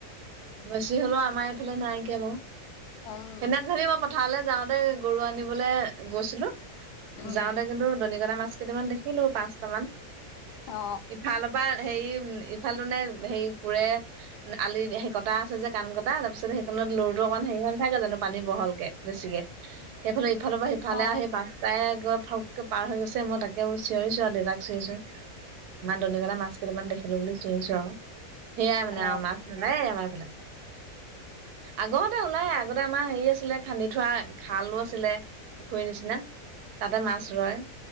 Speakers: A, on the right (about 80°); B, on the left (about 85°).
A: বেছি হলেও আমাৰ এইফালে নাইকিয় বাৰু।
B: উম
A: এনে ঢেৰ প পথাৰলে যাওঁতে গৰু আনিবলৈ গৈছিলো
B: উম
A: যাওঁতে কিন্তু দনিকণা মাছ কেইটামান দেখিলো পাঁচটামান
B: অ
A: এইফালৰ পৰা হেৰি উ ইফালতো নে হে কোৰে আলি সেই কটা আছে যে কাণ কটা তাৰপিছত সেইখনত লৰটো অকমান হেৰি হৈ নাথাকে জানো পানী বহলকে বেছিকে সেইফালে ইফালৰ পৰা সফালে
B: অ
A: সেই পাচটাই আগত থকে পাৰ হৈ গৈছে মই তাকেও চিঞৰিছো আৰু দেউতাক চিঞৰিছো ইমান দনিকনা মাছ কেইটামান দেখিলো বুলি চিঞৰিছো আৰু। সেয়াই মানে
B: অ
A: মাছ নোলায়ে আমাৰ ফালে। আগত এ ওলাই আগতে আমাৰ হেৰি আছে আছিলে খান্দি থোৱা খালো আছিলে পুখুৰীৰ নিচিনা। তাতে মাছ ৰয়